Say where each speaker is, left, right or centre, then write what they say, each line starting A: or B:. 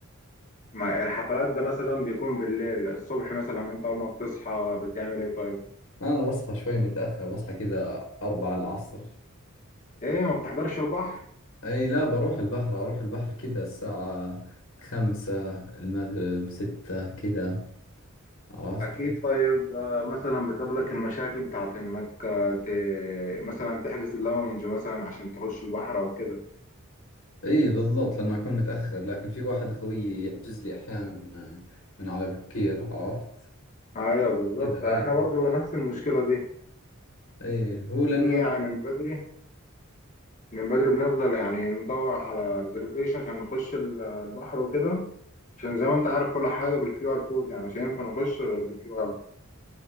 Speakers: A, on the left (about 35°); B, on the left (about 60°).
A: ما الحفلات ده مثلا بيكون بالليل الصبح مثلا انت اول ما بتصحى بتعمل ايه طيب؟
B: أنا بصحى شوي متأخر بصحى كذا أربعة العصر
A: ايه ما بتحضرش البحر؟
B: أي لا بروح البحر أروح البحر كذا الساعة خمسة المغرب ستة كذا عرفت
A: أكيد طيب آه، مثلا بتقابلك المشاكل بتاعت إنك آه، ت... مثلا تحجز اللونج مثلا عشان تخش البحر أو كده
B: اي بالضبط لانه اكون متاخر لكن في واحد خويي يحجز لي احيانا من من على بكير عرفت
A: أيوه بالظبط
B: كذا
A: إحنا
B: اي
A: برضو نفس المشكلة دي
B: اي هو
A: بنيجي
B: لانه
A: من بدري من بدري بنفضل يعني ندور على ريزرفيشن عشان نخش ال- البحر وكده عشان زي ما أنت عارف كل حاجة بالكيو آر كود يعني مش هينفع نخش غير بالكيو آر